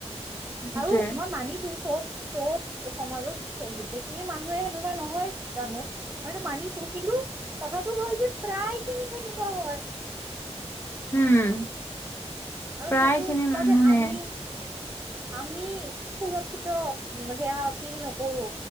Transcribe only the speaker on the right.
আৰু মই মানিছো চব চব সমাজত চ গোটেইখিনি মানুহে সেনেকুৱা নহয় জানো মইতো মানিছো কিন্তু কথাটো হয় যে প্ৰায় খিনি সেনেকুৱা হয় <inaudible>
আৰু
সেইটোৰ
বাবে
আমি আমি সুৰক্ষিত সেয়া ফিল নকৰো